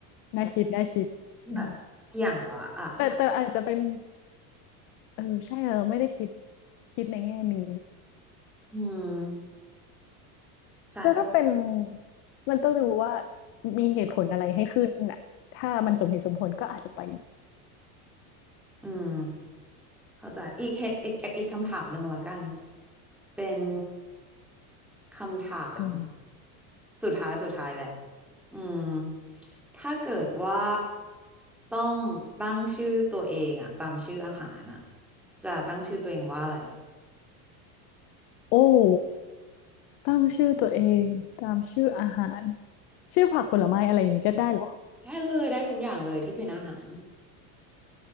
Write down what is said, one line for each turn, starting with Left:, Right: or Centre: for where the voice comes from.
Left: น่าคิด น่าคิดเออ
Centre: แบบอย่างวะอ่ะ
Left: แต่แต่อาจจะเป็น เออ ใช่เราไม่ได้คิดคิดในแง่นี้
Centre: อืมใช่โอ
Left: แต่ถ้าเป็น มันต้องรู้ว่ามีเหตุผลอะไรให้ขึ้นน่ะถ้ามันสมเหตุสมผลก็อาจจะไป
Centre: อืม เข้าใจอีกเหตุอีกอีกคำถามหนึ่งละกันเป็นคำถาม
Left: เออ
Centre: สุดท้ายสุดท้ายแหละอืมถ้าเกิดว่าต้องตั้งชื่อตัวเองอะตามชื่ออาหารอะจะตั้งชื่อตัวเองว่าอะไร
Left: โอ้โหตั้งชื่อตัวเองตามชื่ออาหารชื่อผักผลไม้อะไรอย่างนี้ก็ได้เหรอ
Centre: ได้เลยได้ทุกอย่างเลยที่เป็นอาหาร